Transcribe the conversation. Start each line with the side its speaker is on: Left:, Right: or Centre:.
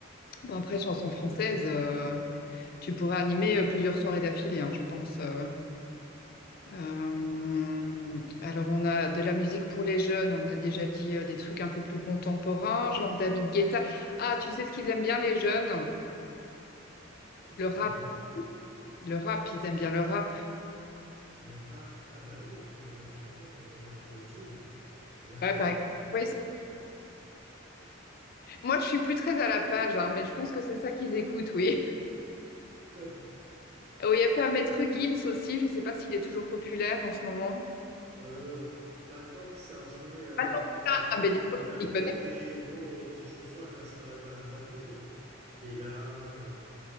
Left: bon, après, chanson française, euh, tu pourrais animer euh, plusieurs soirées d'affilée, hein, je pense. euh. Euh, alors, on a de la musique pour les jeunes, on a déjà dit euh, des trucs un peu plus contemporains, genre David Guetta. Ah, tu sais ce qu'ils aiment bien, les jeunes?
Right: Qu'est-ce
Left: Le
Right: qu'ils
Left: rap,
Right: aiment bien?
Left: le rap, ils aiment bien le rap.
Right: Le rap. Ah bah oui, on pourrait mettre du rap, on va mettre quoi? Jul. On va-
Left: Ouais, par exemple. Oui, ça- Moi, je suis plus très à la page, hein, mais je pense que c'est ça qu'ils écoutent, oui.
Right: <laughs>
Left: Oh, il y a pas Maître Gims aussi, je sais pas s'il est toujours populaire en ce moment.
Right: Euh, pas tant que ça. En ce moment, il a un
Left: Attends,
Right: peu baissé
Left: Ah, ah,
Right: en
Left: ben,
Right: popularité,
Left: dis donc, tu t'y connais,
Right: mais bon, euh, ses chansons, elles passent quand même à la radio. Bella, euh,